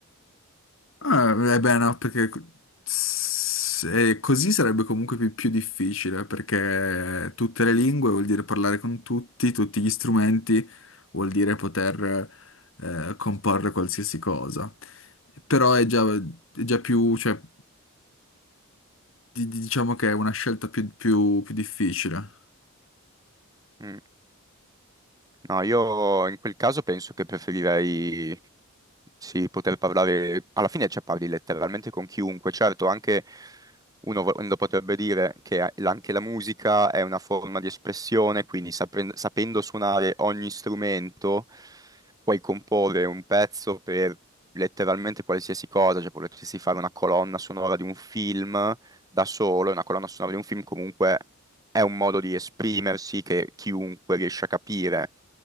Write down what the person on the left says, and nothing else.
Ah, eh beh, no, perché co- s- eh, così sarebbe comunque più, più difficile, perché tutte le lingue vuol dire parlare con tutti, tutti gli strumenti, vuol dire poter eh, comporre qualsiasi cosa. Però è già, è già più, cioè, di- di- diciamo che è una scelta più, più- più difficile.